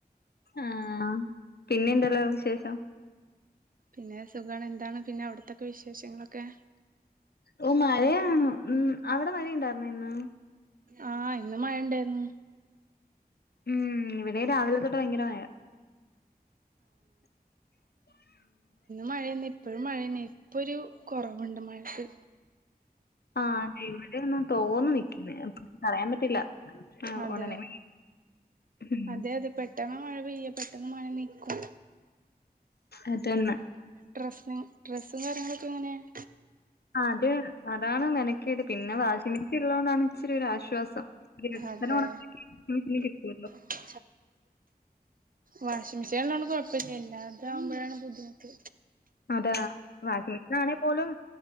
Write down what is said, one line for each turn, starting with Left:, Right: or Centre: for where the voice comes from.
Left: ആഹ് പിന്നെ എന്തല്ലോ വിശേഷം
Right: പിന്നെ സുഖാണോ എന്താണ് പിന്നെ അവിടത്തൊക്കെ വിശേഷങ്ങളൊക്കെ
Left: ഓ മഴയാണ് ഉം അവിടെ മഴ ഉണ്ടായിരുന്നോ ഇന്ന്
Right: ആഹ് ഇന്നും മഴണ്ടായിരുന്നു
Left: ഉം ഇവിടെ രാവിലെ ഭയങ്കര മഴ
Right: മഴന്നെ ഇപ്പോഴും മഴന്നെ ഇപ്പൊ ഒരു കുറവുണ്ട് മഴക്ക്
Left: ആഹ് അതെ ഇവിടെന്നും തോന്നു നിക്കിന്ന്, പറയാൻ പറ്റില്ല ആഹ്
Right: അതെ
Left: ഉടനെ ഉം
Right: അതെ അതെ പെട്ടെന്ന് മഴ പെയ്യും പെട്ടെന്ന് മഴ നിക്കും
Left: അതന്ന
Right: ഡ്രസ്സ ഡ്രസ്സും കാര്യങ്ങളൊക്കെ എങ്ങനെയാണ്
Left: ആഹ് അതെ അതാണ് മെനക്കേട് പിന്നെ വാഷിംഗ് മെഷീൻ ഉള്ളതൊണ്ടാണ് ഇച്ചിരി ഒരാശ്വാസം <unintelligible>
Right: അതെ <unintelligible> വാഷിംഗ് മെഷീനൊള്ളോണ്ട് കുഴപ്പില്ല ഇല്ലാതാവുമ്പോഴാണ് ബുദ്ധിമുട്ട്
Left: അതെ വാഷിംഗ് മെഷീൻ ആണേ പോലും